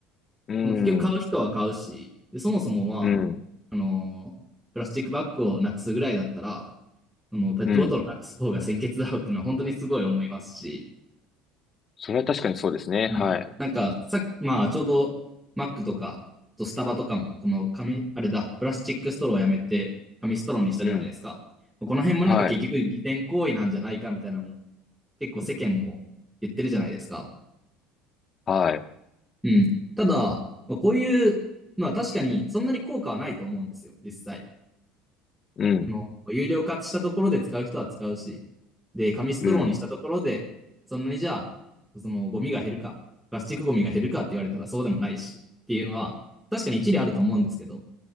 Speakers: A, on the left; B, in the centre.
A: うん、
B: でも結局買う人は買うし、でそもそもまあ、
A: うん、
B: あのープラスチックバッグをなくすぐらいだったら、あの、ペットボトルをなくす方が先決だろうっていうのは本当にすごい思いますし、
A: うん。それは確かにそうですね。
B: うん。
A: はい。
B: なんか、さまあ、ちょうど、マックとか、あとスタバとかも、この紙、あれだ、プラスチックストローをやめて、紙ストローにしたじゃないですか。
A: うん。
B: この辺もなんか結局、
A: はい。
B: 偽善行為なんじゃないかみたいなのも、結構世間も言ってるじゃないですか。
A: はい。
B: うん。ただ、まあ、こういうのは確かにそんなに効果はないと思うんですよ、実際。
A: うん。
B: あの、有料化したところで使う人は使うし、で、紙ストローにしたところで、
A: うん。
B: そんなにじゃあ、そのゴミが減るか、プラスチックゴミが減るかって言われたらそうでもないしっていうのは、確かに一理あると思うんですけど、